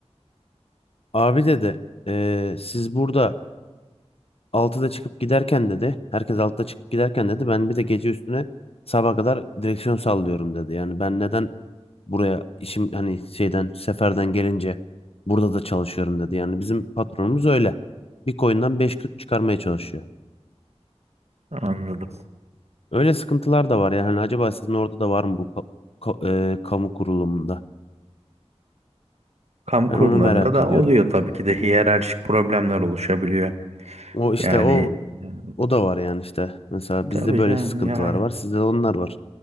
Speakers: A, on the left (about 60°); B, on the right (about 70°).
A: Abi dedi "eee, siz burada 6'da çıkıp giderken dedi. Herkes 6'da çıkıp giderken dedi. Ben bir de gece üstüne sabaha kadar direksiyon sallıyorum dedi. Yani ben neden Buraya işim hani şeyden seferden gelince burada da çalışıyorum dedi. Yani bizim patronumuz öyle. Bir koyundan 5 küt çıkarmaya çalışıyor.
B: Anladım.
A: Öyle sıkıntılar da var yani Hani acaba sizin orada da var mı bu ka- ka- e, kamu kurulumunda?
B: Kamu
A: Ben
B: kurumlarında
A: onu merak
B: da
A: ediyorum.
B: oluyor tabii ki de hiyerarşik problemler oluşabiliyor.
A: O işte
B: Yani
A: o
B: eee
A: o da var yani işte. Mesela
B: tabii
A: bizde böyle
B: canım
A: sıkıntılar
B: yani
A: var. Sizde de onlar var.